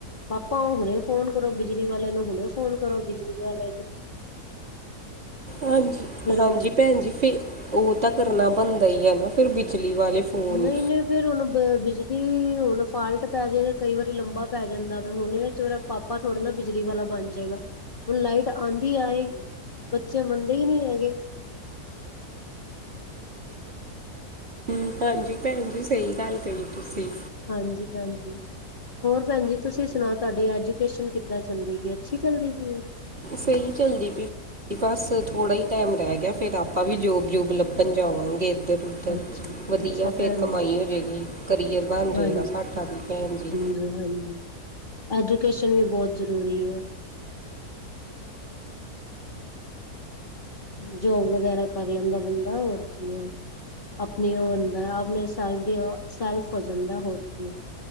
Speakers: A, on the left; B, on the right.
A: ਪਾਪਾ ਹੁਣੇ ਫੋਨ ਕਰੋ ਬਿਜਲੀ ਵਾਲੇ ਨੂੰ ਹੁਣੇ ਫੋਨ ਕਰੋ ਬਿਜਲੀ ਵਾਲੇ ਨੂੰ।
B: ਹਾਂਜੀ-ਹਾਂਜੀ
A: ਫਿਰ ਉਹ
B: ਭੈਣ ਜੀ ਫਿਰ ਓ ਤਾਂ ਕਰਨਾ ਬਣਦਾ ਈ ਆ ਨਾ ਫਿਰ ਬਿਜਲੀ ਵਾਲੇ ਫੋਨ
A: ਨਈ-ਨਈ ਫੇਰ ਹੁਣ ਬ ਬਿਜਲੀ ਹੁਣ ਫਾਲਟ ਪੈ ਜੇ ਕਈ ਵਾਰੀ ਲੰਬਾ ਪੈ ਜਾਂਦਾ ਵੇ ਹੁਣ <unintelligible> ਚ ਮੇਰਾ ਪਾਪਾ ਥੋੜੇ ਨਾ ਬਿਜਲੀ ਵਾਲਾ ਬਣ ਜੇਗਾ। ਹੁਣ ਲਾਈਟ ਆਂਦੀ ਆਏ ਬੱਚੇ ਮੰਨਦੇ ਈ ਨੀ ਹੈਗੇ।
B: ਹੂੰ ਹਾਂਜੀ ਭੈਣ ਜੀ ਸਈ ਗੱਲ ਕਈ ਤੁਸੀਂ।
A: ਹਾਂਜੀ ਭੈਣ ਜੀ ਹੋਰ ਭੈਣ ਜੀ ਤੁਸੀਂ ਸੁਣਾਓ ਤੁਹਾਡੇ ਅੱਜ ਕੇਸ਼ਨ ਕਿੱਦਾਂ ਚੱਲਦੀ ਪਈ ਐ ਅੱਛੀ ਚੱਲਦੀ ਪਈ ਐ?
B: ਸਈ ਚੱਲਦੀ ਪੀ। ਬਸ ਥੋੜਾ ਈ ਟੈਮ ਰੈ ਗਿਆ ਫੇਰ ਆਪਾਂ ਵੀ ਜੋਬ-ਜੂਬ ਲੱਭਣ ਜਾਵਾਂਗੇ ਏਧਰ। ਉੱਧਰ
A: ਅੱਛਾ,
B: ਵਧੀਆ
A: ਅੱਛਾ
B: ਫਿਰ
A: ਭੈਣ
B: ਕਮਾਈ
A: ਜੀ
B: ਹੋ ਜੇਗੀ ਕਰੀਅਰ ਬਣ
A: ਹਾਂਜੀ,
B: ਜੇਗਾ ਸਾਡਾ ਵੀ ਭੈਣ ਜੀ।
A: <unintelligible> ਐਜੂਕੇਸ਼ਨ ਵੀ ਬੋ ਜਰੂਰੀ ਐ। ਜੋਬ ਵਗੈਰਾ ਕਰ ਲੈਂਦਾ ਬੰਦਾ ਹੋਰ ਕੀ ਐ। ਆਪਣੀ ਓ ਹੁੰਦਾ ਆਪਣੇ ਸ ਸੈਲਫ ਹੋ ਜਾਂਦਾ ਹੋਰ ਕੀ।